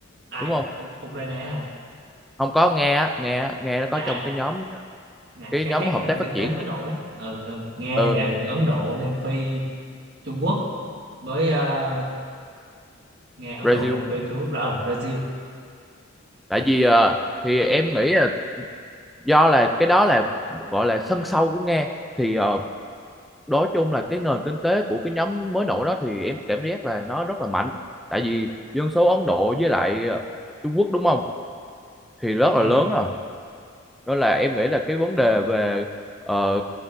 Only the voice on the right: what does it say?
ai
U- Ukraine hả
à
à,
à
các
các
nền
kinh
tế mới
nổi ừ, ừ Nga
nè Ấn Độ Nam Phi Trung Quốc với uh, Nga Ấn
Độ Nam Phi Trung Quốc rồi Brazil
ừ